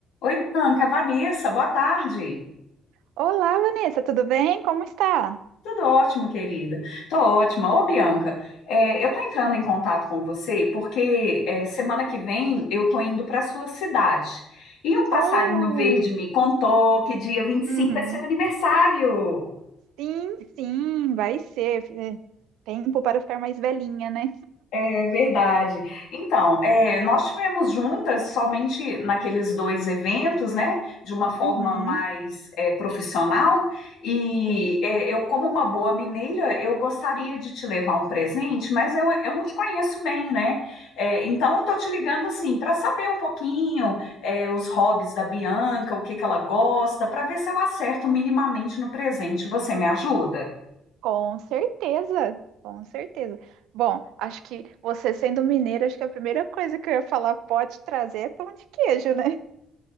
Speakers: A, on the left; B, on the right.
A: Oi, Bianca, Vanessa, boa tarde.
B: Olá, Vanessa, tudo bem? Como está?
A: Tudo ótimo, querida. Tô ótima. Ô, Bianca, é, eu tô entrando em contato com você porque é, semana que vem eu tô indo para sua cidade. E um passarinho
B: Oh,
A: verde me contou que dia vinte e
B: Uhum.
A: cinco é seu aniversário.
B: Sim, sim, vai ser. É, Tempo para ficar mais velhinha, né?
A: É verdade. Então, é, nós tivemos juntas somente naqueles dois eventos, né? De uma forma
B: Uhum.
A: mais é, profissional. E
B: Sim,
A: é, eu, como uma boa mineira, eu gostaria de te levar um presente, mas eu, eu não te conheço bem, né? É, então, eu tô te ligando assim para saber um pouquinho é, os hobbies da Bianca, o que que ela gosta, para ver se eu acerto minimamente no presente. Você me ajuda?
B: com certeza, com certeza. Bom, acho que você sendo mineira, acho que a primeira coisa que eu ia falar pode trazer é pão de queijo, né?